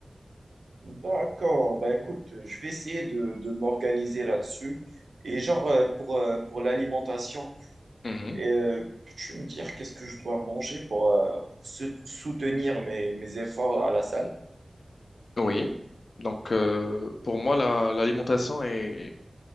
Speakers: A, on the right; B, on the left.
A: D'accord. Bah écoute, je vais essayer de, de m'organiser là-dessus. Et genre euh, pour, euh, pour l'alimentation,
B: Mhm.
A: euh, peux-tu me dire qu'est-ce que je dois manger pour, euh, pour se- soutenir mes, mes efforts à la salle?
B: Oui. Donc, euh, pour moi, la- l'alimentation est,